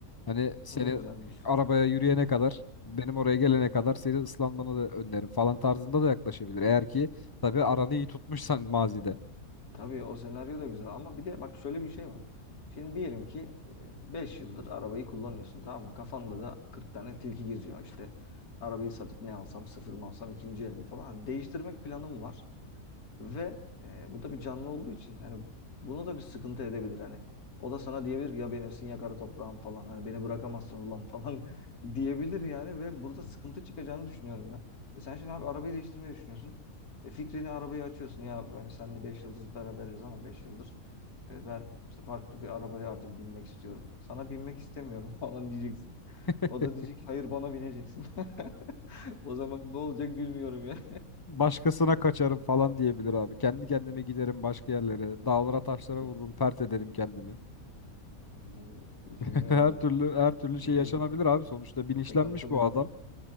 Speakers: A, on the left (about 20°); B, on the left (about 85°).
A: Hani seni
B: O da güzelmiş.
A: arabaya yürüyene kadar benim oraya gelene kadar seni ıslanmanı da öneririm falan tarzında da yaklaşabilir. Eğer ki tabii aranı iyi tutmuşsan mazide.
B: Tabii o senaryo da güzel ama bir de bak şöyle bir şey var. Şimdi diyelim ki 5 yıldır arabayı kullanıyorsun tamam mı? Kafanda da 40 tane tilki geziyor. İşte arabayı satıp ne alsam sıfır mı alsam ikinci el mi falan. Hani değiştirmek planım var. Ve e, bu da bir canlı olduğu için hani bunu da bir sıkıntı edebilir hani. O da sana diyebilir ki ya benimsin ya kara toprağım falan. Hani beni bırakamazsın ulan falan <laughs> diyebilir yani ve burada sıkıntı çıkacağını düşünüyorum ben. E sen şimdi abi arabayı değiştirmeyi düşünüyorsun. E fikrini arabayı açıyorsun. Ya ben seninle 5 yıldız beraberiz ama 5 yıldır e, ben işte farklı bir arabaya artık binmek istiyorum. Sana binmek istemiyorum <laughs> falan diyeceksin.
A: <laughs>
B: O da diyecek ki, hayır bana bineceksin. <laughs> O zaman ne olacak bilmiyorum ya.
A: Başkasına kaçarım falan diyebilir abi. Kendi kendime giderim başka yerlere. Dağlara taşlara
B: <laughs>
A: vururum, pert ederim kendimi.
B: Yani bilmiyorum
A: <laughs> Her
B: ya.
A: türlü her türlü
B: Sıkıntı.
A: şey yaşanabilir abi. Sonuçta bilinçlenmiş
B: Sıkıntı
A: bu
B: bir durum.
A: adam.